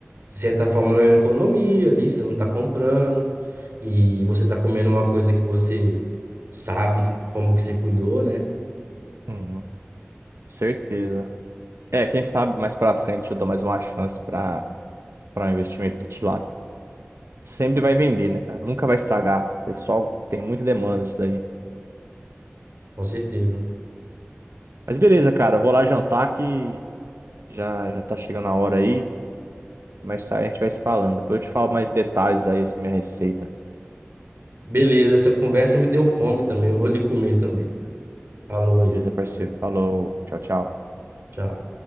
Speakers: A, on the right (about 60°); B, on the right (about 75°).
A: de certa forma, é uma economia ali, você não tá comprando e você tá comendo uma coisa que você sabe como que você cuidou, né?
B: Uhum, com certeza. É, quem sabe mais pra frente eu dou mais uma chance pra para um investimento de tilápia. Sempre vai vender, né, cara? Nunca vai estragar. O pessoal tem muita demanda isso daí.
A: Com certeza.
B: Mas beleza, cara, eu vou lá jantar que já já tá chegando a hora aí. Mas aí a gente vai se falando. Depois eu te falo mais detalhes aí essa minha receita.
A: Beleza, essa conversa me deu fome também, eu vou ali comer também, cara. Falou aí,
B: Beleza, parceiro?
A: você.
B: Falou. Tchau, tchau.
A: Tchau.